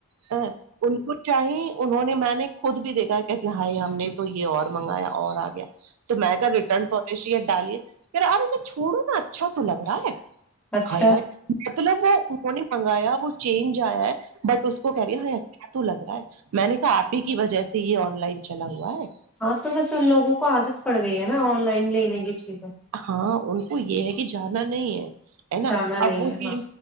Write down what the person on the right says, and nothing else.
ہ ان کو شاہ انہوں نے میں نے خود بھی دیکھا کہتی ہائی ہم نے تو یہ اور منگایا اور آ گیا تو میں کہ ریٹرن پالیسی ہے ڈالییا کہے ارے میں چھوڑوں نا اچھا تو لگ رہا ہے
ہاں ی مطلب وہ منگایا بھ چینج آیا ہے بٹ اس کو کو کہہ گیا ہو تو لگ رہا ہے میں نے کہا آپ ہی کی وجہ سے یہ آن لائن چلا ہوا ہے
ہاں ان کو یہ ہے کہ جانا نہیں ہے ہے نا
اب وہ
چیز